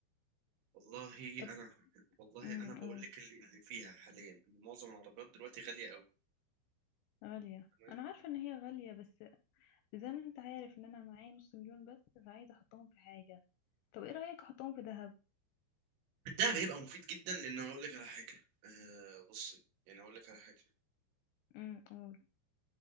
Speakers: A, on the right; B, on the left.
A: والله
B: طب
A: أنا والله
B: امم
A: أنا بقول
B: قول
A: لك اللي اللي فيها حاليا إن معظم العربيات دلوقتي غالية قوي
B: غالية
A: تمام؟
B: أنا عارفة إن هي غالية بس زي ما أنت عارف إن أنا معايا نص مليون بس فعايزة أحطهم في حاجة طب إيه رأيك أحطهم في دهب
A: ده بيبقى مفيد جدا لأن أقول لك على حاجة أه بصي يعني أقول لك على حاجة
B: امم قول